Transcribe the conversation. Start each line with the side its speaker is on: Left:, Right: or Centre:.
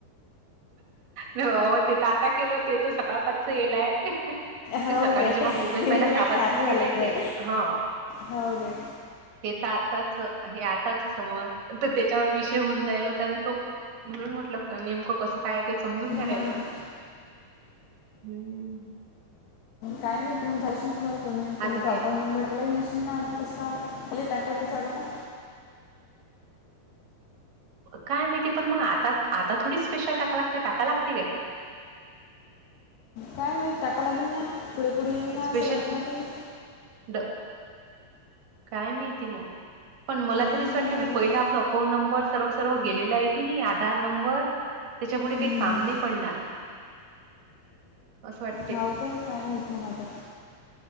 Right: बाव ते तर आता केलं ते तर सकाळ पाचच येलाय.
Left: हो
Right: ते सकाळी
Left: काय
Right: जेव्हा मोबाईल
Left: म्हटलं
Right: पहिला तापतचच
Left: आता झालं
Right: येलय
Left: काय
Right: ते हा.
Left: हो काय
Right: हे तर आताच हे आताच समज तर त्याच्यावर विषय होऊन जायला होता आणि तो म्हणून म्हटलं का नेमकं कसं. काय काही समजून नाही
Left: हा
Right: राहिलं
Left: ना
Right: हम्म. तेच
Left: काय
Right: ना.
Left: मिळ मगयशे तुम्हा पेमेंट तुम्ही
Right: आता
Left: अकाउं
Right: ते
Left: नंबरला म. तस का खली टाटय ते आल का.
Right: काय माहिती पण मग आता आता थोडी स्पेशल टाका लागते टाका लागते काय.
Left: काय नाही टाका लागेन ना पुढे पुढे येईन ना
Right: स्पेशल
Left: असं बाई ना काही.
Right: ड काय माहिहती मग पण मला
Left: मग
Right: तरी वाटत
Left: अजून
Right: पहिला आपला अकाउंट नंबर. सर्व सर्व गेले आहे की नाही आधार नंबर त्याच्यामुळे
Left: हम्म,
Right: ते काम
Left: हम्म.
Right: नाही पडणार. असं वाटते.
Left: होऊ काय काय म्हणत मग आता.